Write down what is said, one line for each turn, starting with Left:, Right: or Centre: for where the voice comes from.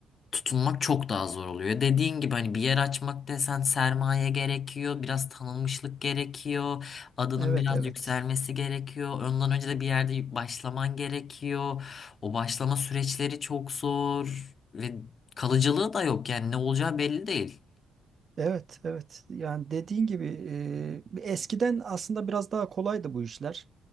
Left: Tutunmak çok daha zor oluyor. Dediğin gibi hani bir yer açmak desen sermaye gerekiyor, biraz tanınmışlık gerekiyor. Adının
Right: evet,
Left: biraz
Right: evet.
Left: yükselmesi gerekiyor. Ondan önce de bir yerde başlaman gerekiyor. O başlama süreçleri çok zor ve kalıcılığı da yok yani ne olacağı belli değil.
Right: Evet, evet. Yani dediğin gibi e, eskiden aslında biraz daha kolaydı bu işler.